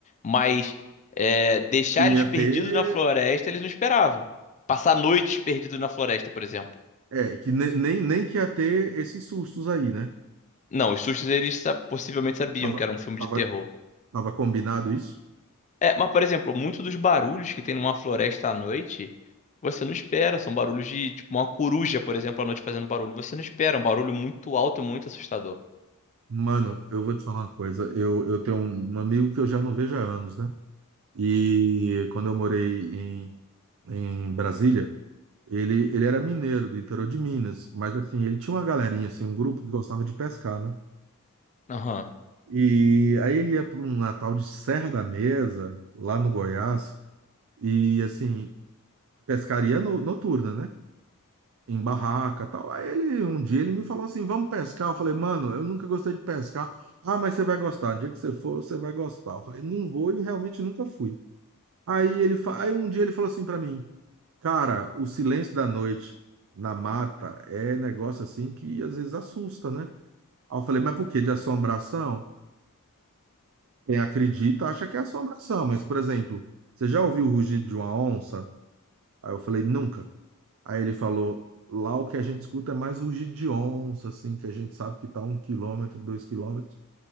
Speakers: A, on the left; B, on the right.
A: Mas é, deixar
B: Que não
A: eles
B: ia
A: perdidos
B: ter
A: na floresta, eles não esperavam. Passar noites perdidos na floresta, por exemplo.
B: É, que ne- nem, nem que ia ter esses sustos aí, né?
A: Não, os sustos eles sa- possivelmente sabiam
B: Tava,
A: que era um filme
B: tava,
A: de terror.
B: tava combinado isso?
A: É, mas, por exemplo, muito dos barulhos que tem numa floresta à noite, você não espera. São barulhos de, tipo, uma coruja, por exemplo, à noite fazendo barulho. Você não espera. É um barulho muito alto e muito assustador.
B: Mano, eu vou te falar uma coisa. Eu, eu tenho um um amigo que eu já não vejo há anos, né? E quando eu morei em, em Brasília, ele, ele era mineiro do interior de Minas, mas assim, ele tinha uma galerinha, assim, um grupo que gostava de pescar, né?
A: Aham.
B: E aí ele ia para um Natal de Serra da Mesa, lá no Goiás, e assim, pescaria no- noturna, né? em barraca, tal. Aí ele, um dia ele me falou assim: "Vamos pescar". Eu falei: "Mano, eu nunca gostei de pescar". "Ah, mas você vai gostar. No dia que você for, você vai gostar". Eu falei: "Não vou" e realmente nunca fui. Aí ele, fa- aí um dia ele falou assim pra mim: "Cara, o silêncio da noite na mata é negócio assim que às vezes assusta, né?". Aí eu falei: "Mas por quê? De assombração?". Quem acredita acha que é assombração, mas por exemplo, você já ouviu o rugido de uma onça? Aí eu falei: "Nunca". Aí ele falou: lá o que a gente escuta é mais rugido de onça, assim, que a gente sabe que tá um quilômetro, dois quilômetros.